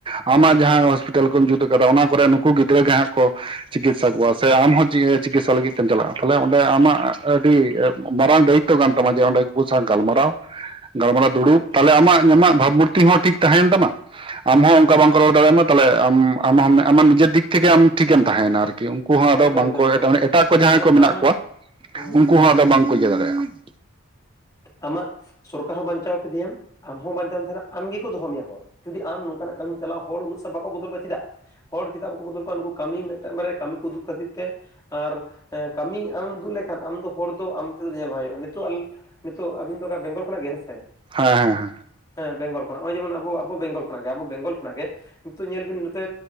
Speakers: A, on the right; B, on the left.
A: ᱟᱢᱟᱜ ᱡᱟᱦᱟᱸ
B: ᱦᱮᱸ
A: ᱦᱚᱥᱯᱤᱼᱼ ᱴᱟᱞ ᱠᱚᱢ ᱡᱩᱛ ᱟᱠᱟᱫᱟ ᱚᱱᱟ ᱠᱚᱨᱮ ᱱᱩᱠᱩ ᱜᱤᱫᱽᱨᱟᱹ ᱜᱮ ᱦᱟᱸᱜ ᱠᱚ ᱪᱤᱠᱤᱛᱥᱟ ᱠᱚᱣᱟ
B: ᱦᱩᱸ
A: ᱾ ᱟᱢ ᱪᱤᱠᱤᱛᱥᱟ ᱞᱟᱹᱜᱤᱫ ᱛᱮᱢ ᱪᱟᱞᱟᱜ-ᱟ ᱛᱟᱦᱚᱞᱮ ᱚᱸᱰᱮ ᱟᱢᱟᱜ ᱟᱹᱰᱤ ᱼᱼ ᱢᱟᱨᱟᱝ ᱫᱟᱭᱤᱛᱛᱚ ᱠᱟᱱ ᱛᱟᱢᱟ ᱡᱮ ᱚᱸᱰᱮ ᱩᱱᱠᱩ ᱠᱚ ᱥᱟᱶ ᱜᱟᱞᱢᱟᱨᱟᱣ ᱾ ᱜᱟᱞᱢᱟᱨᱟᱣ
B: ᱦᱩᱸ
A: ᱫᱩᱲᱩᱵ ᱛᱟᱦᱚᱞᱮ ᱟᱢᱟᱜ ᱵᱷᱟᱵᱽ ᱢᱩᱨᱛᱤ
B: ᱦᱩᱸ
A: ᱦᱚᱸ ᱴᱷᱤᱠ ᱛᱟᱦᱮᱭᱮᱱ ᱛᱟᱢᱟ ᱟᱢ ᱦᱚᱸ ᱚᱱᱠᱟ
B: ᱦᱩᱸ
A: ᱵᱟ ᱠᱚ ᱨᱚᱲ ᱫᱟᱲᱮᱭᱟᱢᱟ ᱾ ᱛᱟᱦᱚᱞᱮ ᱟᱢ ᱟᱢ ᱟᱢᱟᱜ ᱱᱤᱡᱮᱨ ᱫᱤᱠ ᱛᱷᱮᱠᱮ ᱟᱢ ᱴᱷᱤᱠ ᱮᱢ ᱛᱟᱦᱮᱭᱮᱱᱟ ᱟᱨᱠᱤ ᱼᱼ ᱩᱱᱠᱩ ᱦᱚᱸ ᱟᱫᱚ
B: ᱮᱠᱫᱚᱢ
A: ᱵᱟᱝ
B: ᱮᱠᱫᱚᱢ
A: ᱠᱚ
B: ᱮᱠᱫᱚᱢ
A: <unintelligible> ᱮᱴᱟᱜ ᱠᱚ ᱡᱟᱦᱟᱸᱭ
B: ᱢᱟᱱᱮ
A: ᱠᱚ ᱢᱮᱱᱟᱜ
B: ᱟᱢ
A: ᱠᱚᱣᱟ
B: ᱦᱩᱸ
A: ᱩᱱᱠᱩ ᱦᱚᱸ ᱟᱫᱚ ᱵᱟᱝ ᱠᱚ ᱤᱭᱟᱹ ᱫᱟᱲᱮᱭᱟᱜ-ᱟ ᱾
B: ᱟᱢᱟᱜ ᱥᱚᱨᱠᱟᱨ ᱦᱚᱸ ᱵᱟᱧᱪᱟᱣ ᱠᱮᱫᱮᱭᱟᱢ ᱾ ᱟᱢ ᱦᱚᱸ ᱵᱟᱧᱪᱟᱣᱮᱢ ᱛᱟᱦᱮᱱᱟ ᱟᱢ ᱜᱮ ᱠᱚ ᱫᱚᱦᱚ ᱢᱮᱭᱟ ᱦᱚᱲ ᱾ ᱡᱩᱫᱤ ᱟᱢ ᱱᱚᱝᱠᱟᱱᱟᱜ ᱠᱟᱹᱢᱤᱢ ᱪᱟᱞᱟᱣᱟ ᱾ ᱦᱚᱲ ᱩᱱᱟᱹᱜ ᱥᱟᱞ ᱵᱟᱠᱚ ᱵᱚᱫᱚᱞ ᱠᱚᱣᱟ ᱪᱮᱫᱟᱜ? ᱦᱚᱲ ᱪᱮᱫᱟᱜ ᱵᱟᱠᱚ ᱵᱚᱫᱚᱞ ᱠᱚᱣᱟ ᱱᱩᱠᱩ ᱠᱟᱹᱢᱤ ᱢᱤᱫᱴᱟᱝ ᱵᱟᱨᱭᱟ ᱠᱟᱹᱢᱤ ᱠᱚ ᱩᱫᱩᱜ ᱠᱷᱟᱹᱛᱤᱨ ᱛᱮ ᱼᱼ ᱟᱨ ᱠᱟᱹᱢᱤ ᱟᱢᱮᱢ ᱫᱩᱜ ᱞᱮᱠᱷᱟᱱ ᱟᱢ ᱫᱚ ᱦᱚᱲ ᱫᱚ ᱟᱢ ᱛᱮᱫᱚ ᱧᱮᱞ ᱵᱟᱝ ᱦᱩᱭᱩᱜ-ᱟ ᱱᱤᱛᱚᱜ ᱼᱼ ᱱᱤᱛᱚᱜ ᱟᱵᱤᱱ ᱫᱚ ᱚᱠᱟ ᱵᱮᱝᱜᱚᱞ ᱠᱷᱚᱱᱟᱜ ᱜᱮ ᱦᱮᱸ ᱥᱮ?
A: ᱦᱮᱸ ᱦᱮᱸ ᱦᱮᱸ ᱾
B: ᱦᱮᱸ ᱵᱮᱜᱚᱞ ᱠᱷᱚᱱᱟᱜ ᱱᱚᱜᱼᱚᱭ ᱡᱮᱢᱚᱱ ᱟᱵᱚ ᱟᱵᱚ ᱵᱮᱝᱜᱚᱞ ᱠᱷᱚᱱᱟᱜ ᱜᱮ ᱟᱵᱚ ᱵᱮᱝᱜᱚᱞ ᱠᱷᱚᱱᱟᱜ ᱜᱮ ᱼᱼ ᱱᱤᱛᱚᱜ ᱧᱮᱞ ᱵᱤᱱ ᱱᱚᱛᱮ